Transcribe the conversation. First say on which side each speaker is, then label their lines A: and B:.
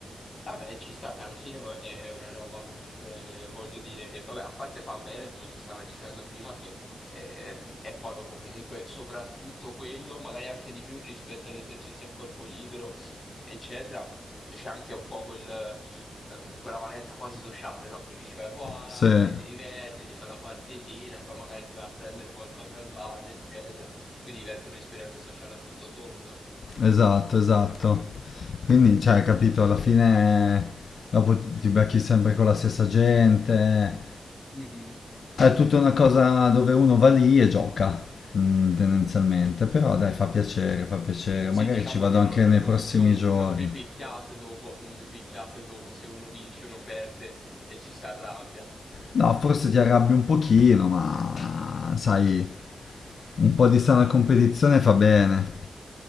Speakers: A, on the left (about 60°); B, on the left (about 75°).
A: Vabbè, ci sta che alla fine è, è una roba comunque, voglio dire che, vabbè, a parte fa bene, come ci stava dicendo prima, che ehm, è poi dopo comunque soprattutto quello, magari anche di più rispetto agli esercizi a corpo libero, eccetera, c'è anche un po' quel, ehm, quella valenza quasi sociale, no? Perché ci vai con altri,
B: Sì.
A: ti diverti, ti fai la partitina, poi magari ti vai a prendere qualcosa al bar, eccetera, quindi diventa un'esperienza sociale a tutto tondo.
B: Esatto, esatto. Quindi, cioè, capito, alla fine dopo ti becchi sempre con la stessa gente.
A: Mhm.
B: È tutta una cosa dove uno va lì e gioca, mm, tendenzialmente. Però dai, fa piacere, fa piacere.
A: Sì,
B: Magari
A: diciamo
B: ci vado
A: che non,
B: anche nei
A: non-
B: prossimi
A: non-
B: giorni.
A: non vi picchiate dopo, non vi picchiate dopo se uno vince, uno perde e ci si arrabbia.
B: No, forse ti arrabbi un pochino, ma sai, un po' di sana competizione fa bene.